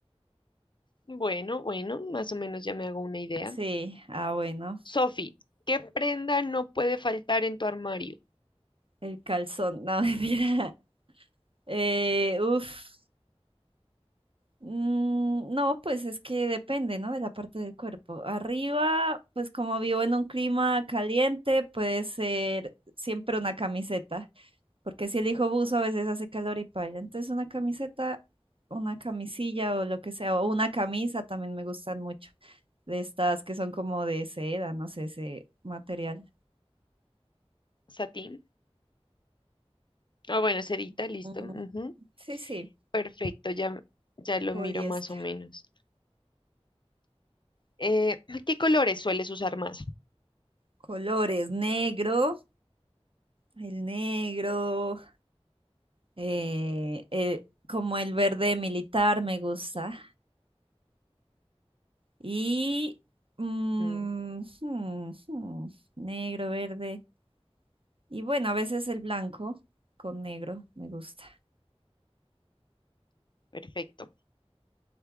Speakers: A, on the left; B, on the right.
A: Bueno, bueno, más o menos ya me hago una idea.
B: Sí, ah, bueno.
A: Sophie, ¿qué prenda no puede faltar en tu armario?
B: El calzón, no, <laughs> mira Eh, uf, mm, no, pues es que depende, ¿no? De la parte del cuerpo. Arriba, pues como vivo en un clima caliente, puede ser siempre una camiseta, porque si elijo buzo a veces hace calor y paila. Entonces una camiseta, una camisilla o lo que sea, o una camisa también me gustan mucho, de estas que son como de seda, no sé, ese material.
A: Satín. Ah, bueno, sedita, listo.
B: Mm,
A: ujú,
B: Sí, sí,
A: Perfecto, ya, ya lo
B: poliéster.
A: miro más o menos. Eh, ¿qué colores sueles usar más?
B: Colores, negro. El negro, eh, eh, como el verde militar me gusta. Y mm,
A: Mm,
B: hmm, hmm, negro, verde. Y bueno, a veces el blanco con negro me gusta.
A: perfecto.